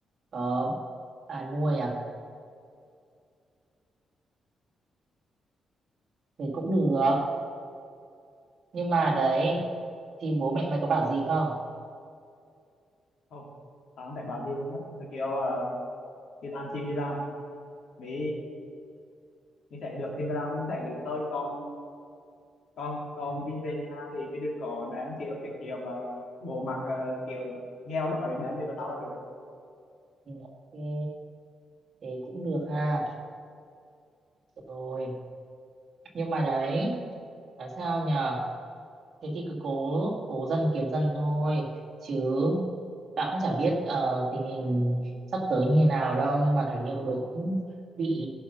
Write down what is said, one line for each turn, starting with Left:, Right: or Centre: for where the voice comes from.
Right: có bà nuôi à thì cũng được nhưng mà đấy thì bố mẹ mày có bảo gì không
Left: không tao không thể bảo gì luôn á tôi kiểu ờ, đi làm thì đi làm mới mới thể được thì mới làm mới thể được thì thôi con con con
Right: ừ,
Left: đi về nhà thì mới đừng có đám kiểu cái kiểu mà bộ mặt ờ, kiểu nghèo đói đám về vào tao là được
Right: ừ, ok thế cũng được ha rồi nhưng mà đấy là sao nhờ thế thì cứ cố cố dần kiếm dần thôi chứ tao cũng chả biết ờ, tình hình sắp tới như thế nào đâu nhưng mà thấy nhiều người cũng bị